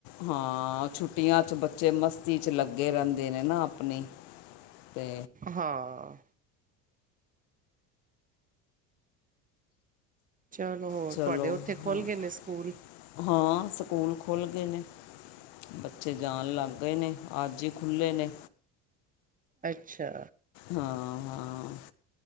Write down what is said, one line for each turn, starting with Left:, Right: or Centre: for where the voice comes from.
Left: ਹਾਂ ਛੁੱਟੀਆਂ 'ਚ ਬੱਚੇ ਮਸਤੀ ਚ ਲੱਗੇ ਰਹਿੰਦੇ ਨੇ ਨਾ ਆਪਣੀ। ਤੇ
Right: ਹਾਂ। ਚਲੋ, ਹੋਰ
Left: ਚਲੋ
Right: ਤੁਹਾਡੇ ਉੱਥੇ ਖੁੱਲ੍ਹ
Left: ਹਾਂ-
Right: ਗਏ ਨੇ ਸਕੂਲ।
Left: ਹਾਂ ਸਕੂਲ ਖੁੱਲ੍ਹ ਗਏ ਨੇ। ਬੱਚੇ ਜਾਣ ਲੱਗ ਗਏ ਨੇ ਅੱਜ ਹੀ ਖੁੱਲ੍ਹੇ ਨੇ।
Right: ਅੱਛਾ।
Left: ਹਾਂ-ਹਾਂ।